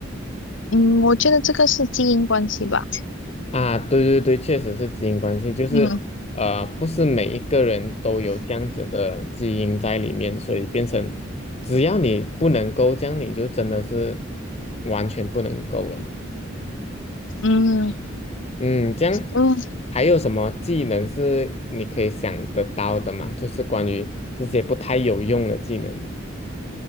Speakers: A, on the left; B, on the left.
A: 嗯，我觉得这个是基因关系吧。
B: 啊，对对对，确实是基因关系，就是呃，
A: 嗯
B: 不是每一个人都有这样子的基因在里面，所以变成只要你不能够这样，你就真的是完全不能够了。
A: 嗯
B: 嗯，这样
A: 嗯
B: 还有什么技能是你可以想得到的吗？就是关于这些不太有用的技能。